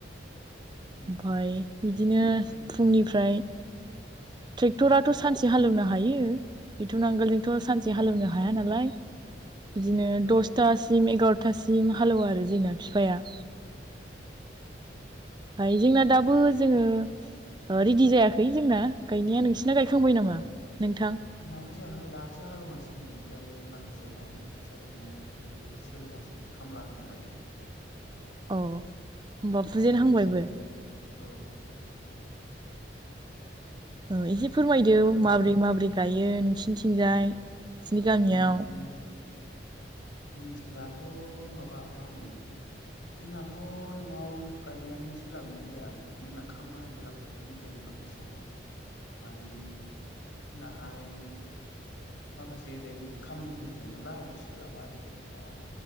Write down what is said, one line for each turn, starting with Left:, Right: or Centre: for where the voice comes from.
Left: उम
Right: ओमफाय बिदिनो
Left: खस्थ'आनो जायो नालाय
Right: फुंनिफ्राय
Left: औ एसे
Right: ट्रेक्टराथ' सानसे हालेवनो हायो बेथ' नांगोलजोंथ' सानसे हालेवनो हाया नालाय। बिदिनो दसथासिम
Left: औ
Right: एगार'थासिम हालेवो आरो जोंना फिफाया फ्राय जोंना दाबो जोङो रेडि जायाखै जोंना गायनाया नोंसिना गायखांबाय नामा नोंथां
Left: जोंनाबो जायाखै दासो हालेवगासिनो नै ओमफ्रायो माखासे मा होनो खोथिया फुनाय सोलिगासिनो खामला होदों आरो।
Right: अ होमबा
Left: माखासे
Right: फुजेन हांबायबो?
Left: मानसिफोर औ
Right: औ एसे फोरमायदो
Left: नोंसोरलाय
Right: माबोरै माबोरै गायो नोंसिनिथिंजाय? नोंसिनि
Left: औ
Right: गामियाव
Left: जोंनिथिं जोंनिथिं दाथ' माबा मा होनो जोंनाथ' न'आव गायनायानो सोलाबनाय जाया जोंना खामला हाजिराफोरसो होनाय जायो बांसिन मानि जोंनाहाय माखासे एरै खामानि दुं दुं'नालाय दा सोलाबा आरो दा